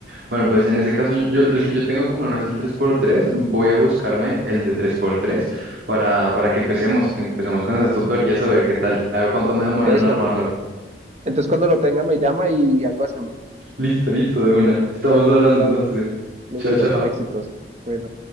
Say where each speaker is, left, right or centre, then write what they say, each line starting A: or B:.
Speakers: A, on the right; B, on the right.
A: Bueno, pues en ese caso, yo, yo- el que yo tengo como no es el tres por tres, voy a buscarme el de tres por tres para, para que empecemos, que empecemos con esas tutorías a ver qué tal, a ver cuánto me demora
B: eso.
A: en armarlo.
B: Entonces cuando lo tenga me llama y algo hacemos.
A: Listo, listo, de una. Estamos hablando
B: Todo
A: entonces.
B: bien. Listo.
A: Chao, chao.
B: Éxitos. Bueno.